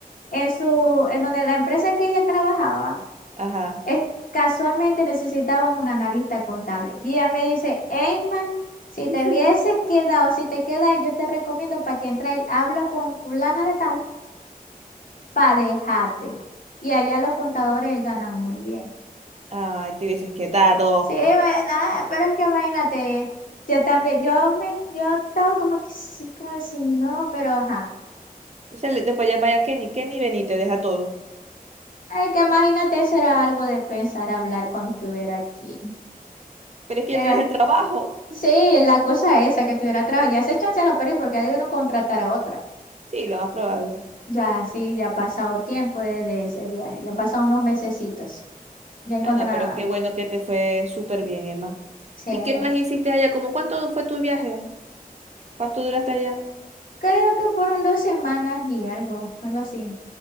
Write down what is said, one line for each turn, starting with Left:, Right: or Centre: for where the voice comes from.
Left: en su, en donde la empresa que ella trabajaba
Right: Ajá.
Left: es- casualmente necesitaban un analista contable. Y ella me dice, Eyman, si te
Right: <laughs>
Left: hubieses quedado, si te quedas, yo te recomiendo para que entres y hablo con fulana de tal, para dejarte. Y allá los contadores ganan muy bien.
Right: Ay, te hubieses quedado.
Left: Sí, nada, pero es que imagínate, yo también, yo me, yo estaba como que sí, como si no, pero ajá.
Right: Se le, después llama ya Kenny, Kenny, ven y te deja todo.
Left: Ay, que imagínate, eso era algo de pensar hablar cuando estuviera aquí.
Right: Pero es que
Left: Era
Right: ya tienes el trabajo.
Left: Sí, la cosa esa, que tuviera trabajo. Ya ese chance ya lo perdí porque ya debieron contratar a otra.
Right: Sí, lo más probable.
Left: Ya, sí, ya ha pasado tiempo desde ese viaje. Ya han pasado unos mesecitos. Ya encontraron
Right: Ah, no, pero
Left: a alguien.
Right: qué bueno que te fue súper bien, Emma.
Left: Sí.
Right: ¿Y
Left: Eh,
Right: qué más hiciste allá? ¿Cómo cuánto fue tu viaje? ¿Cuánto duraste allá?
Left: creo que fueron dos semanas y algo, algo así.